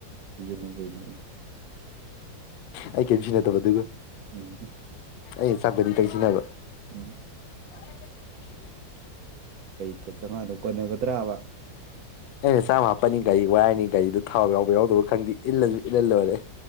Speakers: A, on the right; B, on the left.
A: ꯆꯤꯖ ꯂ ꯀ ꯅꯣꯏ
B: ꯑꯩ ꯀꯔꯤꯝ ꯁꯤꯟꯅꯗꯕ ꯑꯗꯨꯒ
A: ꯎꯝ
B: ꯑꯩ ꯆꯥꯟꯗꯅꯤ ꯇ ꯁꯤꯟꯅꯕ
A: ꯎꯝ
B: <inaudible> <inaudible>
A: ꯇꯤꯛꯀꯦꯠ ꯆꯥꯃꯉꯥꯗꯨ ꯀꯣꯟꯅꯒꯗ꯭ꯔꯥꯕ
B: ꯑꯩꯅ ꯆꯥꯝꯃ ꯍꯥꯞꯄꯅꯤ ꯒꯥꯔꯤ ꯋꯥꯏꯔꯅꯤ ꯒꯥꯔꯤꯗꯨ ꯊꯥꯎ ꯌꯥꯎꯕ ꯌꯥꯎꯗꯕ ꯈꯪꯗꯦ ꯏꯜꯂꯁꯨ ꯏꯜꯍꯜ ꯂꯣꯏꯔꯦ